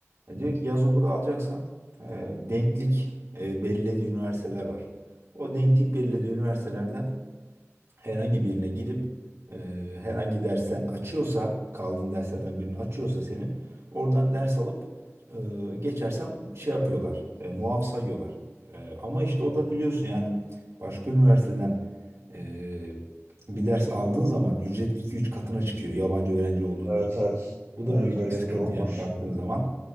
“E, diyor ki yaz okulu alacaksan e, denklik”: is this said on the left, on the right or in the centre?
Right